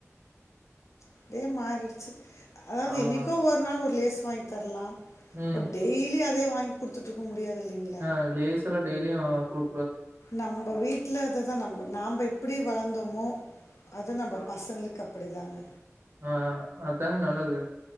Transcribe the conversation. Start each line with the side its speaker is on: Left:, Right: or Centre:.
Left: அப்படியே மாறிடுச்சு அதாவது
Right: ஆமா
Left: என்னைக்கோ ஒரு நாள் ஒரு லேஸ் வாங்கி தரலாம்
Right: ம்
Left: பட் டெய்லி அதே வாங்கி கொடுத்துக்கிட்டு இருக்க முடியாது இல்லைங்களா?
Right: ஆஹ் லேஸ் எல்லாம் டெய்லியு குடு
Left: நம்ம வீட்டுல இததா நம்ம நாம எப்டி வளந்து ந்தோமோ அது நம்ம பசங்களுக்கு கப்படிதாங்க
Right: ஆஹ் அதாங்க நல்லது